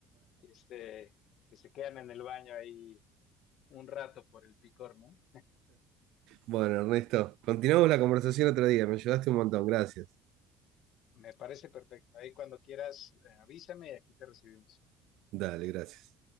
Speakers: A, on the left (about 55°); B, on the right (about 70°).
A: este, que se quedan en el baño ahí un rato por el picor, ¿no?
B: Bueno, Ernesto, continuamos la conversación otro día, me ayudaste un montón, gracias.
A: Me parece perfecto. Ahí cuando quieras, eh, avísame y aquí te recibimos.
B: Dale, gracias.